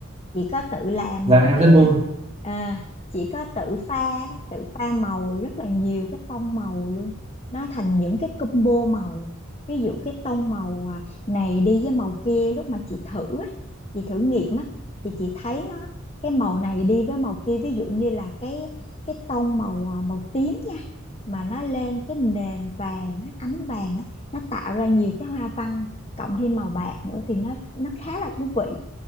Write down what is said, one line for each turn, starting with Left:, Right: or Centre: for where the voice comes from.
Left: chị có tự làm
Right: dạ
Left: một
Right: em
Left: cái
Right: rất
Left: à,
Right: vui
Left: à, chị có tự pha tự pha màu rất là nhiều cái tông màu luôn nó thành những cái combo màu ví dụ cái tông màu à, này đi với màu kia lúc mà chị thử á, chị thử nghiệm á thì chị thấy nó cái màu này đi với màu kia ví dụ như là cái cái tông màu à, màu tím nha mà nó lên cái nền vàng á, ánh vàng á, nó tạo ra nhiều cái hoa văn cộng thêm màu bạc nữa thì nó nó khá là thú vị